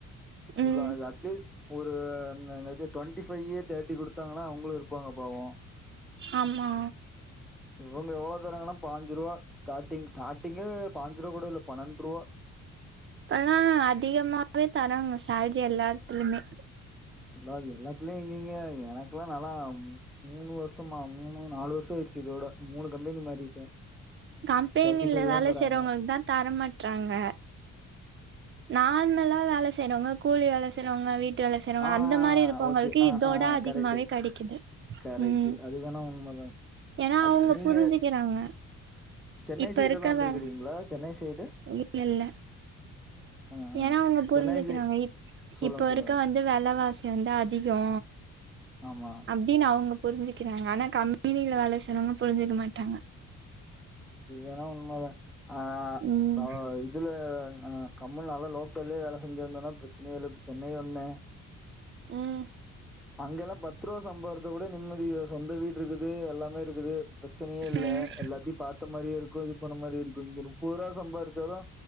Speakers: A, in the centre; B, on the right.
A: ஃபுல்லா
B: ம்
A: அட்லீ்ஸ் ஒரு ம் என்னது டொண்டி ஃபைய்யி தேர்டி குடுத்தாங்கனா அவுங்ளு இருப் ப்பாங்க பாவோ
B: ஆம்மா
A: இவுங்க எவ்ளோ தராங்கனா பாஞ்சுருவா ஸ்டார்டிங் ஸ்டார்டிங்கே பாஞ்சுருவா கூட இல்ல பணன்ட்ருவா
B: அல்லா அதிகமாவே தராங்க சேல்ரி எல்லாத்துலுமே
A: இல்ல அது எல்லாத்லியு இங்க இங்க எனக்லா நாலா ம் மூனு வர்ஷமாம் மூனு நாலு வர் ஷ ஆயிர்ச்சி இதோட மூனு கம்பெனி மாறிட்டே
B: கம்பேனில
A: தேர்ட்டி ஃபைவ்
B: வேல
A: தா தராங்க
B: செய்றவங்ளுக்தா தரமாட்றாங்க நார்மலா வேல செய்யறவங்க கூலி வேல செய்யறவங்க வீட் டு வேல செய்றவங்க
A: ஆ
B: அந்த மாரி இருக்கவங்களுக்கு
A: ஓகே ஆ
B: இதோட
A: ஆ
B: அதிகமாவே
A: கரெக்ட்டு
B: கெடைக்குது
A: கரெக்ட்டு
B: ம்
A: அது வேணா உண்மதா
B: ஏனா
A: அது
B: அவங்க
A: நீங்க
B: புரிஞ்சுக்கிறாங்க
A: சென்னை
B: இப்ப
A: சைடு
B: இருக்கதா
A: எல்லா வந்திருக்கிறீங்களா சென்னை சைடு
B: இல்லல்ல
A: ஆ ஆ
B: ஏனா அவங்க புரிஞ்சக்கிறாங்க
A: சென்னை சை
B: இப்
A: சொல்லுங்க
B: இப்ப
A: சொல்லுங்க
B: இருக்க வந்து வெலவாசி வந்து அதிகோ
A: ஆமா
B: அப்டின்னு அவங்க புரிஞ்சுக்கிறாங்க ஆனா கம்பெனில வேலை செய்றவங்க புரிஞ்சுக்க மாட்டாங்க
A: அது வேணா உண்மதா ஆ
B: ம்
A: ச இதுல ஆ கம்பனில நால லோக்கல்லயே வேல செஞ்சிருந்தனா இப்ப பிரச்சனயே இல்ல இப்ப சென்னை வந்தே
B: ம்
A: அங்க எல்லா பத்து ரூவா சம்பாதிச்சா கூட நிம்மதி சொந்த வீடு இருக்குது எல்லாமே இருக்குது பிரச்சனையே இல்ல
B: ம்
A: எல்லாத்தையு பாத் இருக்கு இது பண்ண மாதிரி இருக்கு இங்க முப்பது ரூவா சம்பாரிச்சாலு